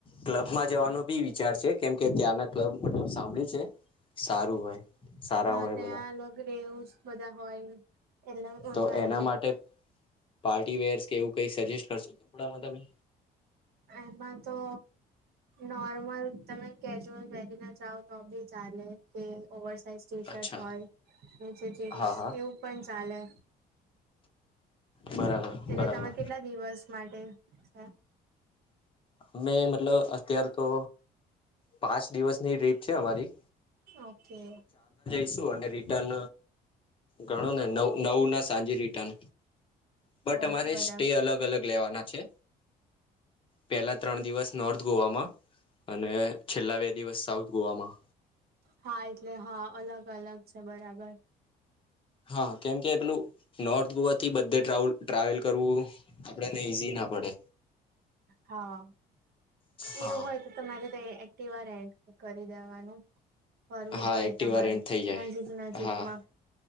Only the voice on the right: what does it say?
હા
ત્યાં
અલગ રેવસ બધા હોય. એટલે મજા
આ જાય.
એમાં તો નોર્મલ તમે કેજ્યુઅલ વહેરી ના જાાવ તો બી ચાલે. કે ઓવર સાઇઝ ટી
શર્ટ હોય નીચે જીન્સ
એવું પણ ચાલે.
એટલે
તમે કેટલા દિવસ માટે છે?
ઓકે!
હો
બરાબર
હા એટલે હા અલગ અલગ છે બરાબર.
હા
એવું હોય તો તમારે એક્ટિવા રેન્ટ કરી દેવાનું. ફરવું
હોય
તમારે
નજીક નજીકમાં